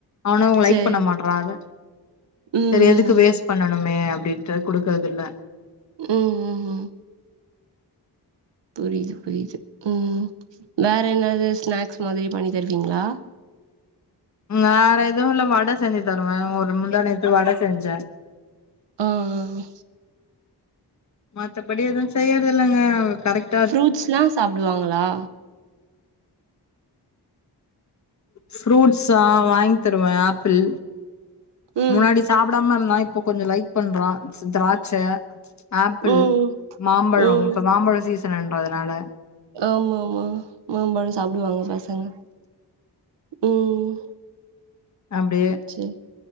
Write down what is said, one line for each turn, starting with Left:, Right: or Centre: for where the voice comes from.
Left: அவனு லைக்
Right: செரி
Left: பண்ண மாட்றா அத
Right: ம்
Left: செரி எதுக்கு வேஸ்ட்
Right: ம்
Left: பண்ணணுமே அப்டின்ட்டு குடுக்கறதில்ல
Right: ம் ம் ம் புரிது புரிது ம் வேற என்னது ஸ்நாக்ஸ் மாதிரி பண்ணி தருவிங்ளா
Left: வேற எதுவு இல்ல வட செஞ்சு தருவே ஒரு முந்தாணேத்து வட செஞ்ச
Right: ஓ ஓ ஒ
Left: மத்தப் படி எதுவும் செய்யறது இல்லங்க அவன் கரெக்ட்
Right: ஃப்ரூட்ஸ்லாம் சாப்பிடுவாங்களா
Left: ஃப்ரூட்ஸா வாங்கி தருவேன் ஆப்பிள்
Right: ம்
Left: முன்னாடி சாப்பிடாம இருந்தான் இப்ப கொஞ்சோம் லைக் பண்றான் திராட்சை ஆப்பிள்
Right: ம்
Left: மாம்பழம்
Right: ம்
Left: இப்ப மாம்பழம் சீசன்றதுனால
Right: ஆமா ஆமா மாம்பழம் சாப்பிடுவாங்க பசங்க ம்
Left: அப்படியே
Right: செரி